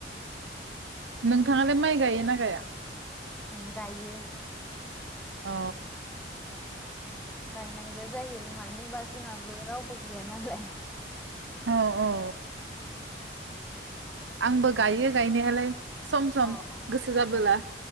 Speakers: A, on the right (about 80°); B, in the centre.
A: नोंथाङालाय माइ गायोना गाया?
B: उम गायो।
A: अ।
B: गायनांगौ जायो मानो होनबा जोंहाबो रावबो गैया नालाय।
A: औ औ। आंबो गायो गायनायालाय। सम सम
B: अ अ
A: गोसो जाबोला
B: उम